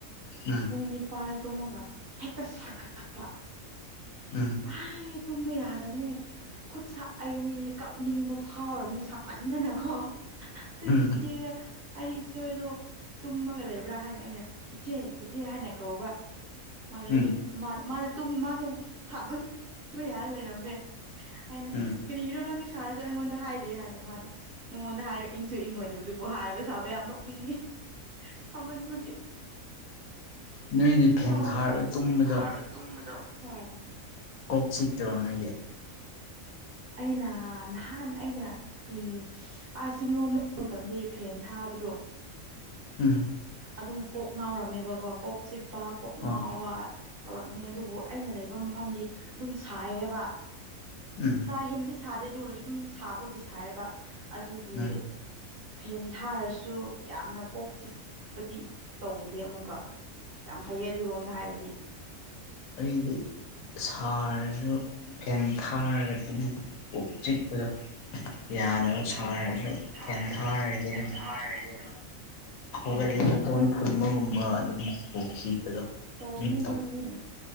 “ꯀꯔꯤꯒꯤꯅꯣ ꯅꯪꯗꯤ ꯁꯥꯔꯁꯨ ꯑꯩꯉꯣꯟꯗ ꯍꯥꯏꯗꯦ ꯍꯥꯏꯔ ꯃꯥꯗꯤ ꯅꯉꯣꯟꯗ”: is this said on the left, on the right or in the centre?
Right